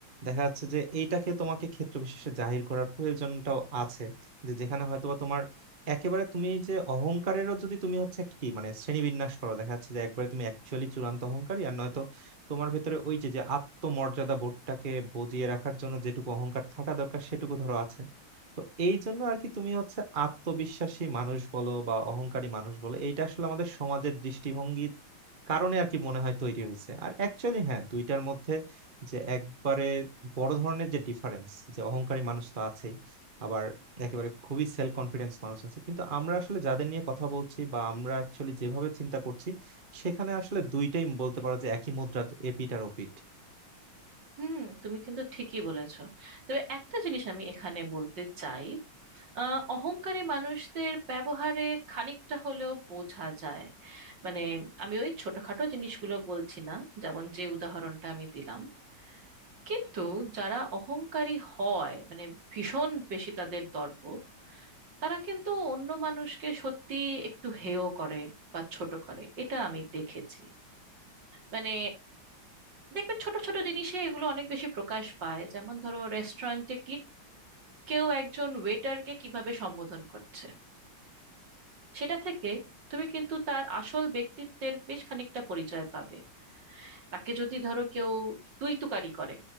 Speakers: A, on the right (about 30°); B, on the right (about 60°).
A: দেখা যাচ্ছে যে এইটাকে তোমাকে ক্ষেত্র বিশেষে জাহির করার প্রয়োজনটাও আছে যে যেখানে হয়তোবা তোমার একেবারে তুমি যে অহংকারেরও যদি তুমি হচ্ছে একটা কি মানে শ্রেণীবিন্যাস করো দেখা যাচ্ছে যে একবারে তুমি অ্যাকচুয়ালি চূড়ান্ত অহংকারী আর নয়তো তোমার ভেতরে ওই যে যে আত্মমর্যাদা বোধটাকে বজিয়ে রাখার জন্য যেটুকু অহংকার থাকা দরকার সেটুকু ধরো আছে তো এই জন্য আর কি তুমি হচ্ছে আত্মবিশ্বাসী মানুষ বলো বা অহংকারী মানুষ বলো এইটা আসলে আমাদের সমাজের দৃষ্টিভঙ্গির কারণে আর কি মনে হয় তৈরি হয়েছে আর অ্যাকচুয়ালি হ্যাঁ দুইটার মধ্যে যে একবারে বড় ধরনের যে ডিফারেন্স যে অহংকারী মানুষ তো আছেই আবার একেবারে খুবই সেলফ কনফিডেন্স মানুষ আছে কিন্তু আমরা আসলে যাদের নিয়ে কথা বলছি বা আমরা অ্যাকচুয়ালি যেভাবে চিন্তা করছি সেখানে আসলে দুইটাই বলতে পারো যে একই মুদ্রা এপিট আর ওপিট
B: হুম তুমি কিন্তু ঠিকই বলেছো তবে একটা জিনিস আমি এখানে বলতে চাই আহ, অহংকারী মানুষদের ব্যবহারে খানিকটা হলেও বোঝা যায় মানে আমি ওই ছোটখাটো জিনিসগুলো বলছি না যেমন যে উদাহরণটা আমি দিলাম কিন্তু যারা অহংকারী হয় মানে ভীষণ বেশি তাদের দর্প তারা কিন্তু অন্য মানুষকে সত্যি একটু হেয় করে বা ছোট করে এটা আমি দেখেছি মানে দেখবে ছোট ছোট জিনিসে এগুলো অনেক বেশি প্রকাশ পায় যেমন ধরো রেস্টুরেন্টে কেউ একজন ওয়েটারকে কিভাবে সম্বোধন করছে সেটা থেকে তুমি কিন্তু তার আসল ব্যক্তিত্বের বেশ খানিকটা পরিচয় পাবে তাকে যদি ধরো কেউ তুই তুকারি করে